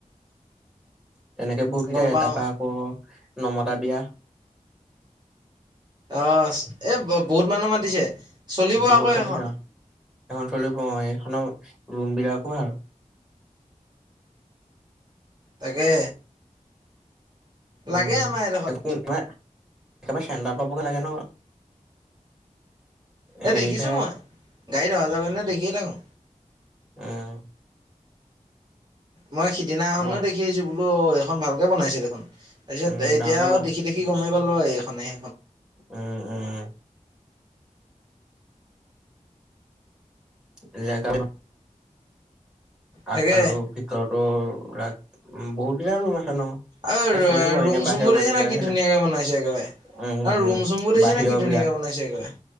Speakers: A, in the centre; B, on the right.
A: তেনেকে বহুত কেইটা
B: গম পাও
A: এটা-। পৰা আকৌ নমতা বিয়া।
B: অহ এ বহুত মানুহ মাতিছে চলিব
A: বহুত
B: আকৌ
A: মাতিছে
B: এখন।
A: আৰু এখন চলিব অ এইখনৰ ৰুম বিলাকো ভাল।
B: তাকে। লাগে
A: উম <unintelligible>
B: আমাৰ এইডোখৰত
A: একেবাৰে চেন্দা পাবগৈ লাগে ন।
B: এ
A: হেৰিতহে
B: দেখিছো মই গাড়ীত অহা যোৱা কৰে নহয় দেখিয়ে থাকো।
A: উমঁ।
B: মই সিদিনাখনো
A: ম
B: দেখি আহিছো বোলো অ এইখন ভালকৈ বনাইছে দেখোন। তাৰপিছত
A: উম
B: এতিয়াও
A: ডাঙৰকে বনা
B: দেখি দেখি গমেই পালো আৰু এইখনেই।
A: উম উম। <unintelligible> আগফালো
B: তাকে
A: ভিতৰতো ৰা উম বহুত দিনৰ ৰুম আছে ন।
B: আৰু
A: এ চলিব
B: ৰুম
A: এনে বাহিৰৰ
B: চুমবোৰ
A: মানুহ
B: দেখিছা
A: বিলাক
B: নাই কি
A: আহিলে
B: ধুনীয়াকে বনাইছে একেবাৰে। ন
A: উম উম
B: ৰুম চুমবোৰ দেখিছা
A: বাহিৰৰ
B: নাই কি ধুনীয়াকে
A: বিলাক
B: বনাইছে- একেবাৰে।